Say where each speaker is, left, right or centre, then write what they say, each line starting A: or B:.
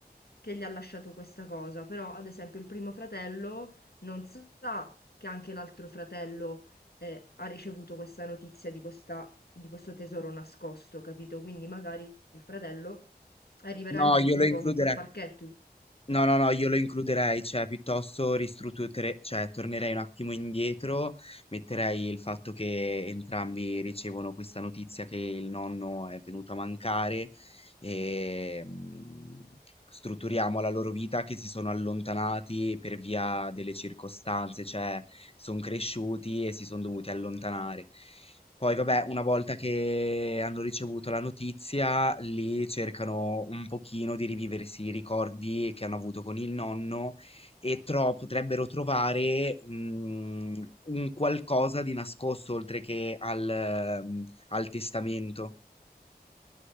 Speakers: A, on the left; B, on the left.
A: che gli ha lasciato questa cosa. Però, ad esempio, il primo fratello non sa che anche l'altro fratello eh, ha ricevuto questa notizia di questa- di questo tesoro nascosto, capito? Quindi magari il fratello arriverà
B: No,
A: lì in
B: io
A: quel
B: lo
A: luogo,
B: includerei
A: in quel parchetto,
B: No, no, no, io lo includerei, cioè piuttosto ristrutturerei, cioè tornerei un attimo indietro, metterei il fatto che entrambi ricevono questa notizia che il nonno è venuto a mancare e mm, strutturiamo la loro vita che si sono allontanati per via delle circostanze, cioè sono cresciuti e si sono dovuti allontanare. Poi vabbè, una volta che hanno ricevuto la notizia, lì cercano un pochino di riviversi i ricordi che hanno avuto con il nonno e tro- potrebbero trovare mm, un qualcosa di nascosto oltre che al, ehm, al testamento.